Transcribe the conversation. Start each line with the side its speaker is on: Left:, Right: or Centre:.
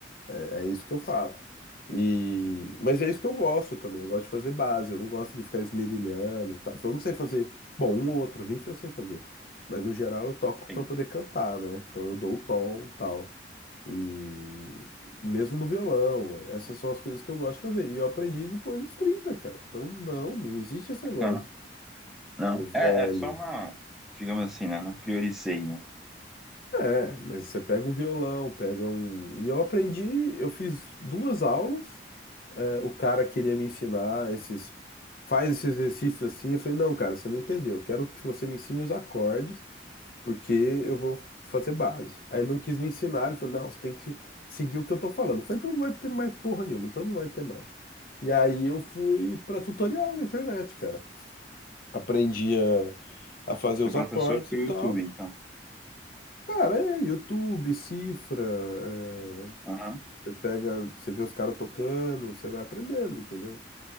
Left: É, é isso que eu faço. E... Mas é isso que eu gosto também. Eu gosto de fazer base. Eu não gosto de ficar esmerilhando e tal. Então eu não sei fazer. Bom, um ou outro riff eu sei fazer. Mas no geral eu toco para
Centre: sim,
Left: poder cantar, né? Então eu dou o tom e tal. E mesmo no violão. Essas são as coisas que eu gosto de fazer. E eu aprendi depois dos 30, cara. Então não, não existe esse
Centre: bacana.
Left: negócio.
Centre: Não.
Left: Tô velho.
Centre: É, é só uma, digamos assim, né? Não priorizei, né?
Left: É, mas você pega um violão, pega um. E eu aprendi, eu fiz duas aulas, é, o cara queria me ensinar esses. Faz esses exercícios assim. Eu falei, não, cara, você não entendeu. Eu quero que você me ensine os acordes, porque eu vou fazer base. Aí ele não quis me ensinar, ele falou, não, você tem que seguir o que eu tô falando. Eu falei, então não vai ter mais porra nenhuma, então não vai ter mais. E aí eu fui pra tutorial na internet, cara. Aprendi a, a fazer os
Centre: O
Left: acordes
Centre: professor foi
Left: e
Centre: o
Left: tal.
Centre: YouTube, então.
Left: Cara, é YouTube, cifra, é,
Centre: Aham.
Left: você pega, você vê os caras tocando, você vai aprendendo, entendeu?